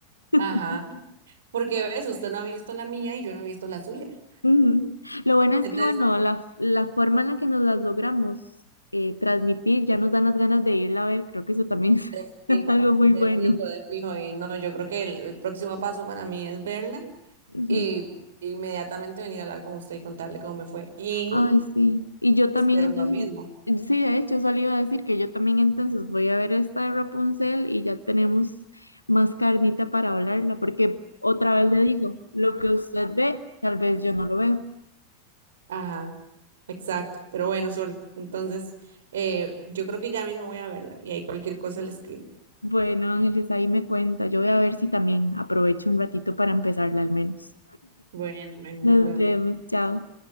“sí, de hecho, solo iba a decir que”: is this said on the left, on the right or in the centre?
Left